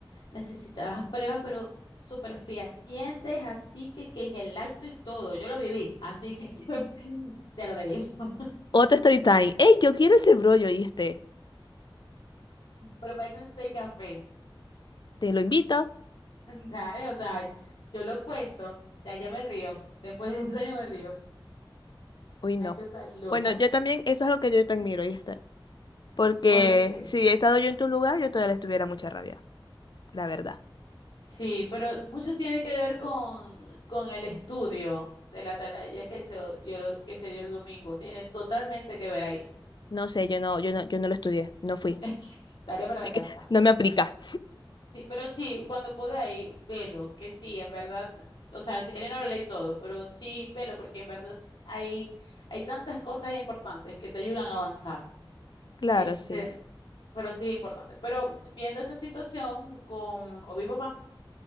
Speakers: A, on the left; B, on the left.
A: necesitabas pruebas, pero súper fehacientes, así que, que en el acto y todo, yo lo viví, así que <laughs> de lo que digo. <laughs>
B: Otro story time. ¡Ey, yo quiero ese brollo y este!
A: Pero parece un seis café.
B: Te lo invito.
A: <laughs> Dale, o sea, yo lo cuento, ya ya me río, después de ese año me río,
B: Uy,
A: una
B: no.
A: cosa loca.
B: Bueno, yo también, eso es lo que yo te admiro, y está. Porque
A: ¿Por qué?
B: si he estado yo en tu lugar, yo todavía les tuviera mucha rabia, la verdad.
A: Sí, pero mucho tiene que ver con, con el estudio de la atalaya que se dio, que se dio el domingo. Tiene totalmente que ver ahí.
B: No sé, yo no, yo no, yo no lo estudié, no fui.
A: <laughs> Tarea para
B: Así
A: la casa.
B: que <laughs> no me aplica.
A: Sí, pero sí, cuando podáis, velo, que sí, en verdad, o sea, si queréis no lo leí todo, pero sí, velo, porque en verdad hay, hay tantas cosas importantes que te ayudan a avanzar.
B: Claro,
A: Este,
B: sí.
A: pero sí, importante. Pero viendo esta situación con, con mi papá,